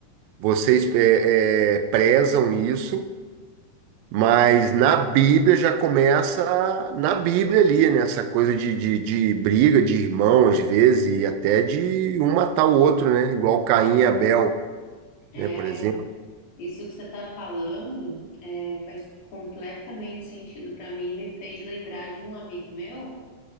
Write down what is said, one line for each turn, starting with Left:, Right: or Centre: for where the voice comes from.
Right: vocês é, é, prezam isso, mas na Bíblia já começa na Bíblia ali, né? Essa coisa de, de, de briga de irmão, às vezes, e até de um matar o outro, né? Igual Caim e Abel,
Left: É,
Right: né? Por exemplo.
Left: é, isso que você tá falando é, faz completamente sentido pra mim e me fez lembrar de um amigo meu,